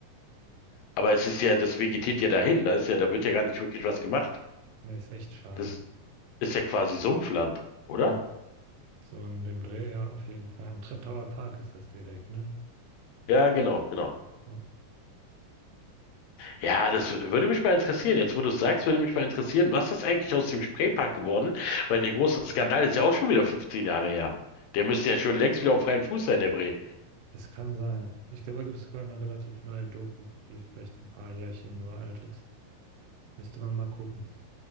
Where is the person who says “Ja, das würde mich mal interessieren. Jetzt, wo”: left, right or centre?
Left